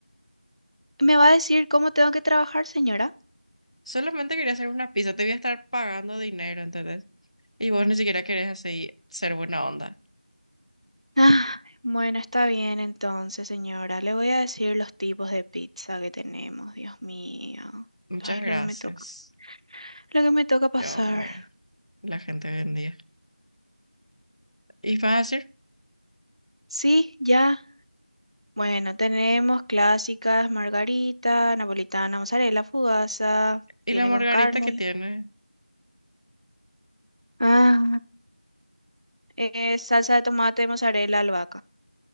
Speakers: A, on the right (about 40°); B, on the left (about 45°).
A: ¿Me va a decir cómo tengo que trabajar, señora?
B: Solamente quería hacer una pizza, te voy a estar pagando dinero, ¿entendés? Y vos ni siquiera querés así ser buena onda.
A: Ah, bueno, está bien entonces, señora. Le voy a decir los tipos de pizza que tenemos, Dios mío.
B: Muchas
A: Ay,
B: gracias.
A: lo que me toca. Lo que me toca pasar.
B: Dios mío, la gente vendía. Y vas a decir
A: Sí, ya. Bueno, tenemos clásicas, margarita, napolitana, mozzarella, fugaza,
B: Y
A: tiene
B: la margarita
A: con carne.
B: que tiene.
A: Ah, eh, salsa de tomate, mozzarella, albahaca.